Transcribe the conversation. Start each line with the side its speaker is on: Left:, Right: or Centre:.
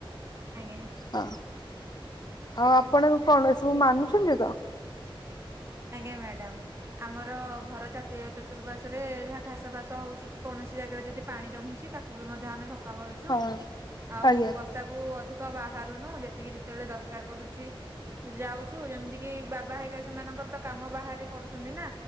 Right: ଆଜ୍ଞା।
Left: ହଁ ଆଉ ଆପଣ କଣ ଏ ସବୁ ମାନୁଛନ୍ତି ତ।
Right: ଆଜ୍ଞା ମ୍ୟାଡ଼ାମ। ଆମର ଘର ଚତିଆ ଚର୍ତୁପାର୍ଶ୍ୱରେ ଯାହା ଘାସ ଫାସ ହଉଛି କି କୌଣସି ଜାଗାରେ ଯଦି ପାଣି ଜମୁଛି ତାକୁ ବି ମଧ୍ୟ ଆମେ ସଫା କରୁଛୁ।
Left: ହଁ
Right: ଆଉ
Left: ଆଜ୍ଞା
Right: ବଷ ବର୍ଷାକୁ ଅଧିକ ବାହାରୁନୁ ଯେତିକି ଯେତେବେଳେ ଦରକାର ପଡୁଚି ଯାଉଚୁ ଯେମିତି କି ବାବା ହେଇକା ସେମାନଙ୍କର ତ କାମ ବାହାରେ କରୁଛନ୍ତି ନା।